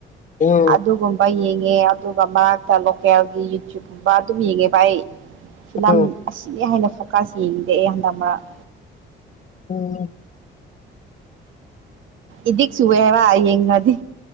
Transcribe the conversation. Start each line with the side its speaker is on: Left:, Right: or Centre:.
Left: ꯎꯝ
Right: ꯑꯗꯨꯒꯨꯝꯕ ꯌꯦꯡ ꯉꯦ ꯑꯗꯨꯒ ꯃꯔꯛꯇ ꯂꯣꯀꯦꯜꯒꯤ ꯌꯨꯇ꯭ꯌꯨꯕꯀꯨꯝꯕ ꯑꯗꯨꯝ ꯌꯦꯡꯉꯦꯕ ꯑꯩ ꯐꯤꯂꯝ
Left: ꯎꯝ
Right: ꯑꯁꯤꯅꯤ ꯍꯥꯏꯅ ꯐꯣꯀꯁ ꯌꯦꯡꯗꯦ ꯑꯩ ꯍꯟꯗꯛ ꯃꯔꯛ
Left: ꯎꯝ
Right: ꯏꯗꯤꯛ ꯆꯨꯏꯌꯦ ꯍꯥꯏꯕ ꯌꯦꯡꯉꯗꯤ